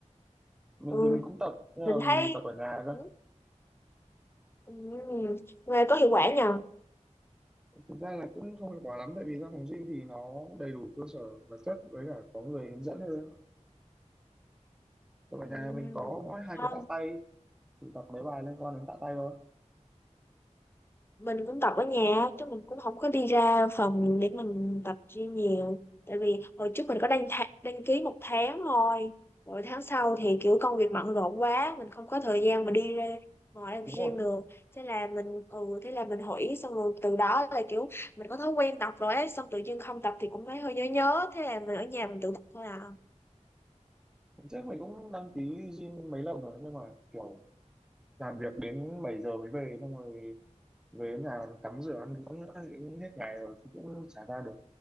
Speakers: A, in the centre; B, on the left.
A: mình
B: ừ,
A: thì mình cũng tập nhưng
B: mình
A: mà
B: thấy
A: mình tập ở nhà cơ
B: ừ, ừ, ừ, nghe có hiệu quả nhờ
A: thực ra là cũng không hiệu quả lắm tại vì ra phòng gym thì nó đầy đủ cơ sở vật chất với cả có người hướng dẫn hơn còn ở
B: ừ.
A: nhà mình có mỗi hai
B: Không,
A: cái tạ tay thì tập mấy bài liên quan đến tạ tay thôi
B: mình cũng tập ở nhà chứ mình cũng không có đi ra phòng để mình tập gym nhiều tại vì hồi trước mình có đăng tha- đăng ký một tháng thôi rồi tháng sau thì kiểu công việc bận rộn quá mình không có thời gian mà đi ra ngoài làm
A: đúng rồi
B: gym được thế là mình ừ thế là mình hủy xong rồi từ đó là kiểu mình có thói quen tập rồi ấy xong tự nhiên không tập thì cũng thấy hơi nhớ nhớ thế là mình ở nhà mình tự tập thôi à
A: Hôm trước mình cũng đăng ký gym mấy lần rồi nhưng mà kiểu làm việc đến 7 giờ mới về xong rồi về đến nhà tắm rửa ăn uống nữa thì cũng hết ngày rồi thì cũng chả ra được